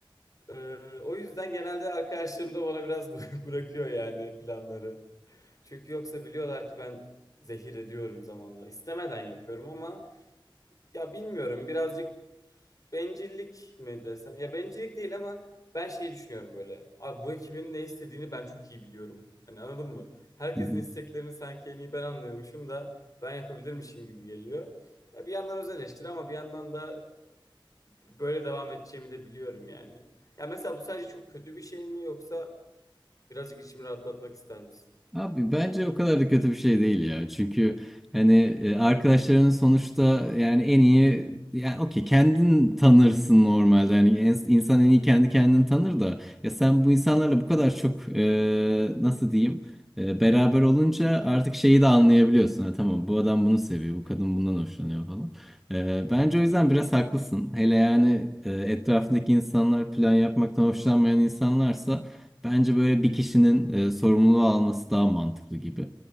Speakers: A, on the left; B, in the centre.
A: Ee, o yüzden genelde arkadaşlarım da bana biraz <laughs> bı- bırakıyor yani planları. Çünkü yoksa biliyorlar ki ben zehir ediyorum zaman zaman. İstemeden yapıyorum ama ya bilmiyorum birazcık Bencillik mi desen? Ya bencillik değil ama ben şey düşünüyorum böyle. Abi bu ekibin ne istediğini ben çok iyi biliyorum. Hani anladın mı? Herkesin
B: Hı hı.
A: isteklerini sanki en iyi ben anlıyormuşum da ben yapabilirmişim gibi geliyor. Ya bir yandan öz eleştiri ama bir yandan da böyle devam edeceğimi de biliyorum yani. Ya mesela bu sadece çok kötü bir şey mi yoksa birazcık içimi rahatlatmak ister misin?
B: Abi bence o kadar da kötü bir şey değil ya. Çünkü hani e, arkadaşlarının sonuçta yani en iyi yani okey kendin tanırsın normalde. Hani en- insan en iyi kendi kendini tanır da ya sen bu insanlarla bu kadar çok e, nasıl diyeyim e, beraber olunca artık şeyi de anlayabiliyorsun. Ha, tamam bu adam bunu seviyor, bu kadın bundan hoşlanıyor falan. E, bence o yüzden biraz haklısın. Hele yani e, etrafındaki insanlar plan yapmaktan hoşlanmayan insanlarsa Bence böyle bir kişinin e, sorumluluğu alması daha mantıklı gibi.